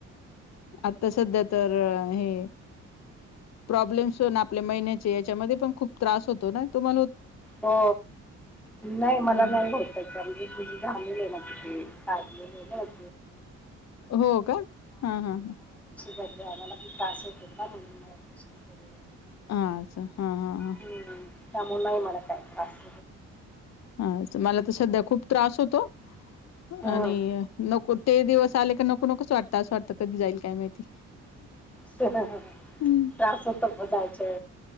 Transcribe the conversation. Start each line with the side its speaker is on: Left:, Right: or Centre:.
Left: आता सध्या तर हे प्रॉब्लेम आप महिन्या याच्यामध्ये पण खूप त्रास होतो ना तम
Centre: हो नाही
Left: हम्म.
Centre: मला नाही भटयचं म्हणजे म्हजे झा म्हण काज
Left: हो का हा हा हा
Centre: ब आमला खू त्रास होत होता म्हणून म ऑपरेशन केले
Left: अच्छा हा हा हा
Centre: ह त्यामनय माला काय क अस
Left: हा मला तर सध्या खूप त्रास होतो
Centre: हम्म.
Left: आणि नको ते दिवस आले क नको नकच वाटतं असं वाटतं कधी जाईल काय माहिती
Centre: त्रास
Left: हं.
Centre: होत म जायच